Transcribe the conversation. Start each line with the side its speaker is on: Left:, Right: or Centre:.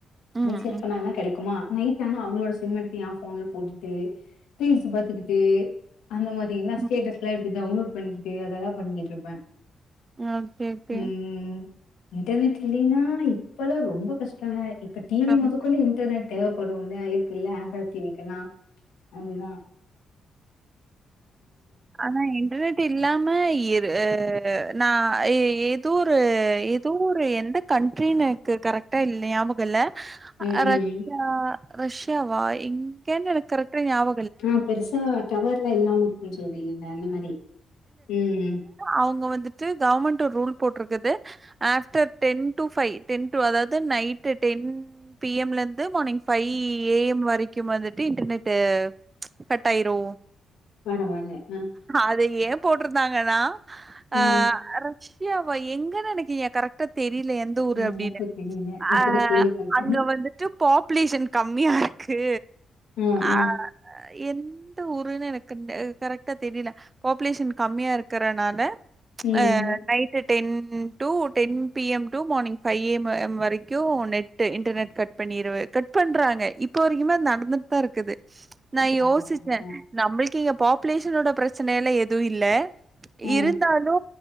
Right: ம்
Left: ரீசட் பண்ணாங்கனா கிடைக்குமா நைட் ஆனா அவுங்களோட சிம் எடுத்து ஏ ஃபோன்ல போட்டுட்டு ரீல்ஸ் பாத்துக்கிட்டு அந்த மாரி எல்லா
Right: ம்
Left: ஸ்டேட்டஸ் எல்லா எடுத்து டவுன்லோட் பண்ணிகிட்டு அதெல்லாம் பண்ணிகிட்ருப்ப
Right: ஓகே ஓகே
Left: ம் இன்டர்நெட் இல்லைன்னா இப்பல்லா ரொம்ப கஷ்டோங்க இப்ப டி வி
Right: ஆமா.
Left: மொதக்குள்ள இன்டர்நெட் தேவப்படுல்ல இருக்குல்ல ஆண்ட்ராய்ட் டி விக்கெல்லா அதுதா
Right: ஆனா இன்டர்நெட் டு இல்லாம இரு அ நா இ எதோ ஒரு ஏதோ ஒரு எந்த கண்ட்ரினு எனக்கு கரெக்டா இல் ஞாபகோ இல்ல
Left: ம்,
Right: அ
Left: ம்.
Right: ரஷ்யா ரஷ்யாவா எங்கனு எனக்கு கரெக்ட்டா ஞாப
Left: அ பெருசா டவர்ல்லா இல்லாம இருக்குன்னு சொல்றீங்கள அந்த மாரி ம் ம்
Right: அவுங்க வந்துட்டு கவர்மெண்ட்டு ஒரு ரூல் போட்ருக்குது after ten to five ten to அதாவது நைட்டு டென் பி எம்ல இருந்து மார்னிங் ஃபை ஏ எம் வரைக்கு வந்துட்டு இன்டர்நெட்டு கட்டாயிரு
Left: பரவால்ல அ
Right: அது ஏ போட்டிருந்தாங்கன்னா
Left: ஆ.
Right: அ அரச் ஏ அவ எங்கன்னு எனக்கி கரெக்ட்டா தெரில எந்த ஊரு
Left: ம்.
Right: அப்டின்னு
Left: எனக்கு தெரியல.
Right: அ
Left: இப்பதான் கேள்விப்படுறேன்.
Right: அங்க வந்துட் டு பாப்புலேஷன் கம்மியா இருக்கு
Left: ஆ,
Right: அ
Left: ஆ.
Right: அ எந்த ஊருன்னு எனக்கு கரக் ட்டா தெரியல பாப்புலேஷன் கம்மியா இருக்கறனால
Left: ம்.
Right: அ Night ten to ten P M to morning five A M ம் வரைக்கு நெட் டு இன்டர்நெட் கட் பண்ணிரு கட் பண்றாங்க இப்ப வரைக்குமே நடந்து ட்டா இருக்குது நா
Left: பரவால்ல.
Right: யோசிச்ச
Left: ஆ.
Right: நம்மளுக்கே இங்க பாப் ப்லேஷனோட பிரச்சன எல்லா எது இல்ல
Left: ஆ.
Right: இருந்தா டு